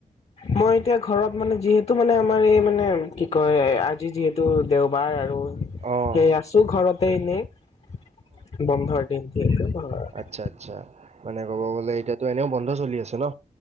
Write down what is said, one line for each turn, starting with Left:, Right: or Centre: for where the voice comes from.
Left: মই এতিয়া ঘৰত মানে যিহেতু মানে আমাৰ এই মানে কি কয় আজি যিহেতু দেওবাৰ আৰু
Right: অ'।
Left: সেই আছোঁ ঘৰতে এনেই। বন্ধৰ দিন যিহেতু <unintelligible>
Right: আচ্ছা-আচ্ছা। মানে ক'ব গ'লে এতিয়াতো এনেও বন্ধ চলি আছে ন'?